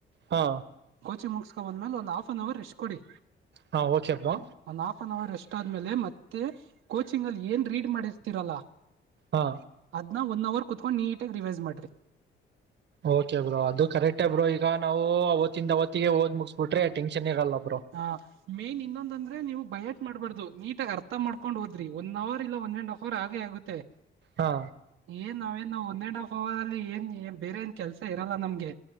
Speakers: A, on the right (about 60°); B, on the right (about 80°).
A: ಹಾ
B: ಗೋಚಿ ಮುಗಸ್ಕೋ ಬಂದ್ಮೇಲೆ ಒಂದ್ ಹಾಫ್ ಅನ್ ಅವರ್ ರೆಷ್ಟ್ ಕೊಡಿ
A: ಹಾ ಓಕೆ ಬ್ರೋ
B: ಒನ್ಪನ್ ಅವರ್ ಎಸ್ಟ್ ಆದ್ಮೇಲೆ ಮತ್ತೆ ಕೋಚಿಂಗ್ ಅಲ್ಲಿ ಏನ್ ರೀಡ್ ಮಾಡಿರ್ತೀರಲ್ಲ
A: ಹಾ
B: ಅದನ್ನ ಒನ್ ಅವರ್ ಕುೂತ್ಕೊಂಡು ನೀಟಾಗಿ ರಿವೈಸ್ ಮಾಡಿ್ರರಿ
A: ಓಕೆ ಬ್ರೋ ಅದು ಕರೆಕ್ಟ್ ಬ್ರೋ ಈಗ ನಾವು ಅವತ್ತಿಂದ ಅವತ್ತಿಗೆ ಓದ್ ಮುಗಿಸಬಿಟ್ರೆ ಟೆನ್ಷನ್ ಇರಲ್ಲವ
B: ಹ ಮೇನ್ ಇನ್ನೊಂದಂದ್ರೆ ನೀವು ಬಯಟ್ಟ ಮಾಡ್ಬಾರ್ದು ನೀಟ ಆಗ ಅರ್ಥ ಮಾಡ್ಕೊಂಡ್ ಹೋದ್ರಿ ಒನ್ ಅವರ್ ಇಲ್ಲ ಒನ್ ಅಂಡ್ ಆಫ್ ಅವರ್ ಆಗೆ ಆಗುತ್ತೆ
A: ಹಾ
B: ಏನ್ ಅವಾವೇನು ಒನ್ ಅಂಡ್ ಹಾಫ್ ಅವರ್ ಅಲ್ಲಿ ಏನ್ ಬೇರೆ ಏನ್ ಕೆಲ್ಸ ಇರಲ್ಲ ನಮ್ಗೆ